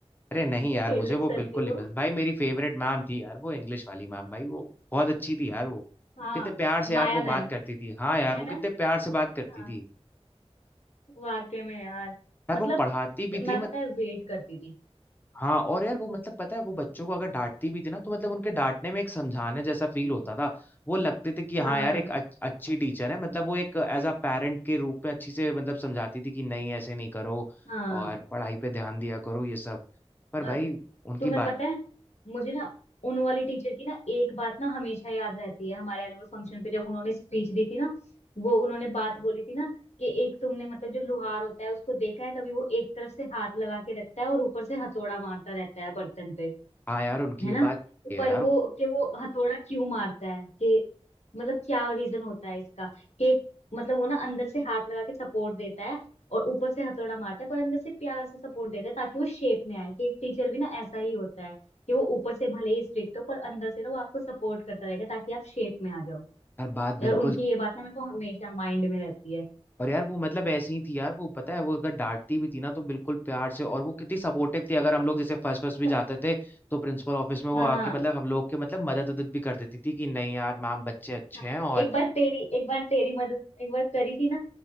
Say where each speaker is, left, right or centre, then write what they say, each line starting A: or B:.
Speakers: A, on the left; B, on the left.
A: अरे नहीं यार
B: फेवरेट
A: मुझे वो
B: सर
A: बिल्कुल
B: थे वो
A: नहीं पसंद भाई मेरी फेवरेट मैम थी यार वो इंग्लिश वाली मैम भाई वो बहुत अच्छी थी यार वो
B: हाँ
A: कितने प्यार से
B: माया
A: यार वो
B: मैम
A: बात करती थी हाँ यार
B: है
A: वो
B: ना
A: कितने प्यार से बात करती
B: हाँ
A: थी
B: वाकई में यार
A: यार
B: मतलब
A: वो पढ़ाती भी
B: मैं
A: थी
B: पता है वेट करती थी
A: हाँ और यार वो मतलब पता है वो बच्चों को अगर डांटती भी थी ना तो मतलब उनके डांटने में एक समझाने जैसा फील होता था वो लगते थे कि हाँ
B: हाँ
A: यार एक अच- अच्छी टीचर है मतलब वो एक एज अ पेरेंट के रूप में अच्छी से मतलब समझाती थी कि नहीं ऐसे नहीं करो
B: हाँ
A: और पढ़ाई पे ध्यान दिया करो ये सब पर
B: अ,
A: भाई उनकी
B: तुम्हें
A: बात
B: पता है मुझे ना उन वाली टीचर की ना एक बात ना हमेशा याद रहती है हमारे एनुअल फंक्शन पे जब उन्होंने स्पीच दी थी ना वो उन्होंने बात बोली थी ना कि एक तुमने मतलब जो लुहार होता है उसको देखा है कभी वो एक तरफ से हाथ लगा के रखता है और ऊपर से हथौड़ा मारता रहता है बर्तन पे
A: हाँ यार उनकी
B: है
A: ये
B: ना
A: बात सही है
B: पर
A: यार
B: वो कि वो हथौड़ा क्यों मारता है कि मतलब क्या रीजन होता है इसका कि मतलब वो ना अंदर से हाथ लगा के सपोर्ट देता है और ऊपर से हथौड़ा मारता है पर अंदर से प्यार से सपोर्ट देता है ताकि वो शेप में आए कि एक टीचर भी ना ऐसा ही होता है कि वो ऊपर से भले ही स्ट्रिक्ट हो पर अंदर से ना वो आपको सपोर्ट करता रहेगा ताकि आप शेप में आ जाओ
A: हर बात
B: यार
A: बिल्कुल
B: उनकी ये बात ना मेरे को हमेशा माइंड में रहती है
A: और यार वो मतलब ऐसी ही थी यार वो पता है वो अगर डांटती भी थी ना तो बिल्कुल प्यार से और वो कितनी सपोर्टिव थी अगर हम लोग जैसे फर्स्ट फर्स्ट
B: <laughs>
A: भी जाते थे तो प्रिंसिपल ऑफिस में वो
B: हाँ
A: आके मतलब हम लोग के मतलब मदद उदद भी कर देती थी कि नहीं यार मैम बच्चे अच्छे
B: हाँ,
A: हैं और
B: एक बार तेरी एक बार तेरी मदद एक बार करी थी ना